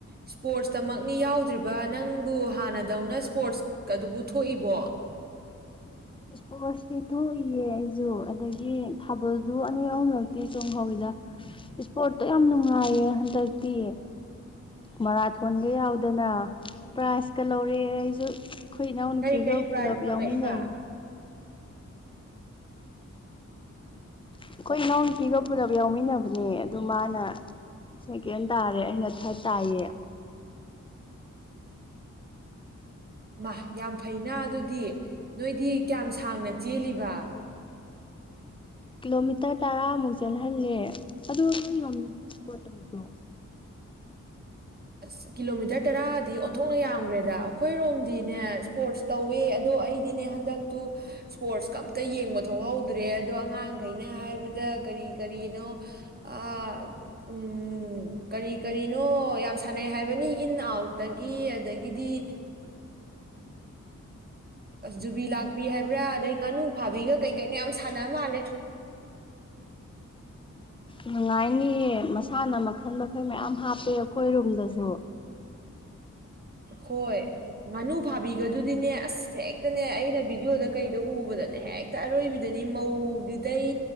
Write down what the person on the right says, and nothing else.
ꯏꯁꯄꯣꯔꯠꯁꯇꯃꯛꯅꯤ ꯌꯥꯎꯗ꯭ꯔꯤꯕ ꯅꯪꯕꯨ ꯍꯥꯟꯅꯗꯧꯅ ꯏꯁꯄꯣꯔꯠꯁꯀꯗꯨꯕꯨ ꯊꯣꯛꯏꯕꯣ꯫
ꯀꯔꯤ ꯀꯔꯤ ꯄ꯭ꯔꯥꯏꯖ
ꯐꯪꯉꯛꯏꯕ
ꯃꯥ ꯌꯥꯝ ꯐꯩꯅ ꯑꯗꯨꯗꯤ ꯅꯣꯏꯗꯤ ꯀꯌꯥꯝ ꯁꯥꯡꯅ ꯆꯦꯜꯂꯤꯕ꯫
ꯑꯁ ꯀꯤꯂꯣꯃꯤꯇꯔ ꯇꯔꯥꯗꯤ ꯑꯣꯟꯊꯣꯛꯅ ꯌꯥꯝꯈ꯭ꯔꯦꯗ ꯑꯩꯈꯣꯏꯔꯣꯝꯗꯤꯅꯦ ꯏꯁꯄꯣꯔꯠꯁ ꯇꯧꯋꯦ ꯑꯗꯣ ꯑꯩꯗꯤꯅꯦ ꯍꯟꯗꯛꯇꯨ ꯏꯁꯄꯣꯔꯠꯁꯀ ꯑꯝꯇ ꯌꯦꯡꯕ ꯊꯣꯛꯍꯧꯗ꯭ꯔꯦ ꯑꯗꯣ ꯑꯉꯥꯡꯈꯩꯅ ꯍꯥꯏꯕꯗ ꯀꯔꯤ ꯀꯔꯤꯅꯣ ꯑꯥ ꯎꯝ ꯀꯔꯤ ꯀꯔꯤꯅꯣ ꯌꯥꯝ ꯁꯥꯟꯅꯩ ꯍꯥꯏꯕꯅꯤ ꯏꯟ ꯑꯥꯎꯠꯇꯒꯤ ꯑꯗꯒꯤꯗꯤ ꯖꯨꯕꯤ ꯂꯥꯛꯄꯤ ꯍꯥꯏꯕ꯭ꯔꯥ ꯑꯗꯩ ꯉꯥꯅꯨ ꯐꯥꯕꯤꯒ ꯀꯩꯀꯩꯅ ꯌꯥꯝ ꯁꯥꯟꯅ ꯃꯥꯜꯂꯦ꯫
ꯍꯣꯏ ꯉꯥꯅꯨ ꯐꯥꯕꯤꯒꯗꯨꯗꯤꯅꯦ ꯑꯁ ꯍꯦꯛꯇꯅꯦ ꯑꯩꯅ ꯚꯤꯗꯤꯑꯣꯗ ꯀꯩꯗ ꯎꯕꯗꯅꯦ ꯍꯦꯛꯇ ꯑꯔꯣꯏꯕꯤꯗꯅꯤ ꯃꯧꯒꯤꯗꯩ